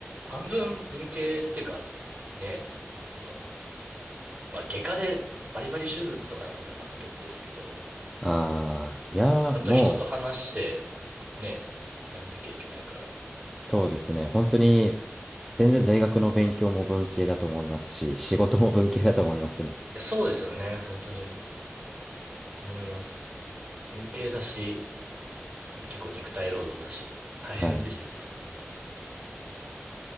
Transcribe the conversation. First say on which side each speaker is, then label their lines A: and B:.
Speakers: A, on the right; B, in the centre.
A: 半分文系っていうか、ね、その、まあ、外科でバリバリ手術とかなんたらまた別ですけど、
B: <laughs> ああ、いやー、
A: ちゃんと人と話して、
B: もう、
A: ね、やんなきゃいけないから。い
B: そうですね。本当に、全然大学の勉強も文系だと思いますし、仕事も文系だと思いますね。
A: や、そうですよね。本当に思います。文系だし、結構肉体労働だし、大変でしたね、
B: はい。う
A: 普通に。